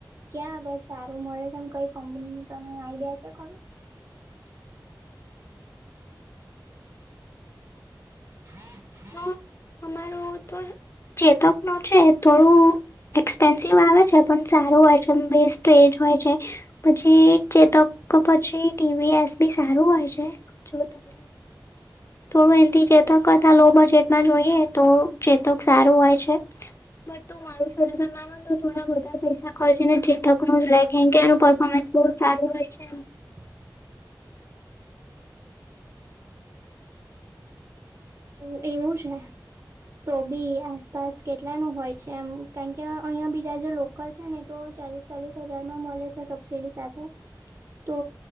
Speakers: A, on the right; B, on the left.
A: ક્યાં આગળ સારું મળે છે આમ કઈ કંપની નું તને આઈડિયા છે ખરું. <unintelligible>
B: હા અમારું તો ચેતક નું છે થોડું. એક્સપેન્સિવ આવે છે પણ સારું હોય છે વસ્ટ એજ હોય છે પછી ચતો.. તો પછી ટીવી એસબી સારું હોય છે જોતોને.
A: <unintelligible>
B: થોડો એથી જતા કર. લો બજેટમાં જોઈએ તો ચેતોક સારું હોય છે. બટ તું મારું સજેશન માનું તો થોડા વધારે પૈસા ખર્ચી ને ચેતકનું જ લ કે કે એનું પરર્ફોર્મન્સ. બહુ સારું હોય છે.
A: <unintelligible> હ એવું છે હ. તો બી આસપાસ કેટલાનું હોય છે એમ કારણ કે અહિયાં બીજા જે લોકલ છે ને તો. ચાલીસ ચાલીસ હજારમાં મળે છે સબસીિડી સાથે. તો